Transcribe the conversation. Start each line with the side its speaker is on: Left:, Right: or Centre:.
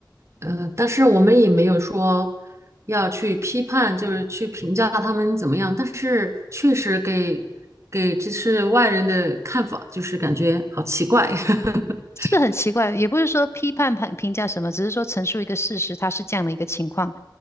Right: 呃，但是我们也没有说要去批判，就是去评价他们怎么样。但是确实给给就是外人的看法，就是感觉好奇怪，<laughs>
Left: 这很奇怪，也不是说批判判评价什么，只是说陈述一个事实，它是这样的一个情况。